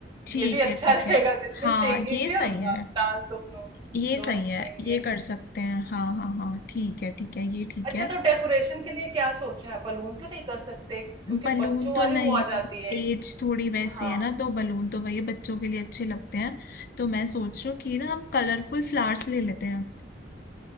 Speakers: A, on the left; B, on the right.
A: ठीक
B: ये भी अच्छा
A: है ठीक
B: <laughs> रहेगा
A: है
B: जिसमें
A: हाँ
B: सिंगिंग
A: ये
B: भी
A: सही
B: और डांस
A: है
B: दोनों
A: ये
B: दोनों
A: सही
B: हो
A: है
B: जाएंगे
A: ये कर सकते हैं हाँ हाँ हाँ ठीक है ठीक है ये ठीक
B: अच्छा
A: है
B: तो डेकोरेशन के लिए क्या सोचा है बलून तो नहीं कर सकते क्योंकि
A: बलून
B: बच्चों वाली
A: तो नहीं
B: वो आ जाती है
A: एज थोड़ी वैसी
B: हाँ
A: है ना तो बलून तो भैया बच्चों के लिए अच्छे लगते हैं तो मैं सोच रही हूँ कि ना हम कलरफुल फ्लावर्स ले लेते हैं